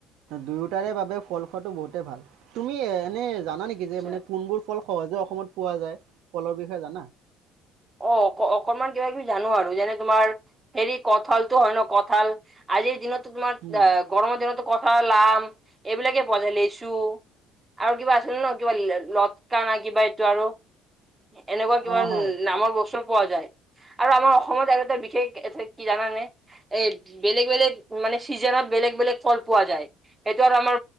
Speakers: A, on the right; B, on the right.
A: দুয়োটাৰে বাবে ফল খোৱাটো বহুতেই ভাল। তুমি এনেই জানা নেকি? কি
B: আচ্ছা
A: যে মানে কোনবোৰ ফল সহজে অসমত পোৱা যায়, ফলৰ বিষয়ে জানা?
B: অ' অ' অকমান কিবা-কিবি জানো আৰু, যেনে তোমাৰ হেৰি কঁঠালতো হয় ন কঁঠাল। আজিৰ দিনতো তোমাৰ
A: উম।
B: আহ' গৰমৰ দিনতো কঁঠাল, আম এইবিলাকে পোৱা যায়। লিচু, আৰু কিবা আছিল ন, কিবা লটকা না কিবা এইটো আৰু এনেকুৱা কিবা।
A: অ' হয়।
B: নামৰ বস্তু পোৱা যায়, আৰু আমাৰ অসমত আৰু এটা বিশেষ এ কি জানানে এ বেলেগ বেলেগ মানে চিজনত বেলেগ বেলেগ ফল পোৱা যায়, সেইটো আৰু আমাৰ